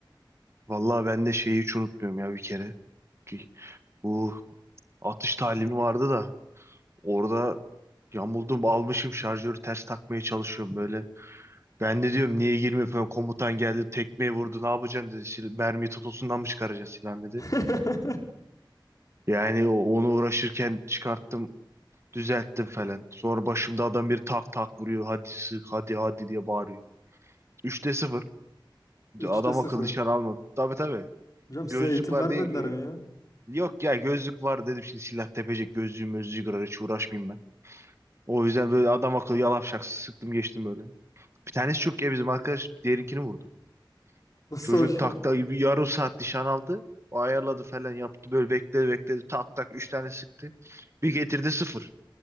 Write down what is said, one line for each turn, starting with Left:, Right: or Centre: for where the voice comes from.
Right: Vallahi ben de şeyi hiç unutmuyorum ya bir kere. Ki bu atış talimi vardı da orada yamuldum almışım şarjörü ters takmaya çalışıyorum böyle. Ben de diyorum niye girmiyor falan komutan geldi tekmeyi vurdu ne yapacaksın dedi. Sil mermiyi totosundan mı çıkaracaksın silahını dedi.
Left: <laughs>
Right: Yani o- onu uğraşırken çıkarttım düzelttim falan. Sonra başımda adam bir tak tak vuruyor hadi sık hadi hadi diye bağırıyor. üçte sıfır
Left: Üçte
Right: adam
Left: sıfır.
Right: akıllı nişan almadı. Tabii tabii
Left: Hocam
Right: gözlük
Left: size eğitim
Right: var
Left: vermediler
Right: diye gö-
Left: mi ya?
Right: yok ya gözlük var dedim şimdi silah tepecek gözlüğü mözlüğü kırar hiç uğraşmayayım ben. O yüzden böyle adam akıllı yalap şak sıktım geçtim böyle. Bir tanesi çok ya bizim arkadaş diğerinkini vurdu.
Left: Nasıl
Right: Çocuk
Left: hocam?
Right: takta gibi yarım saat nişan aldı. O ayarladı falan yaptı. Böyle bekledi bekledi. Tak tak üç tane sıktı. Bir getirdi sıfır.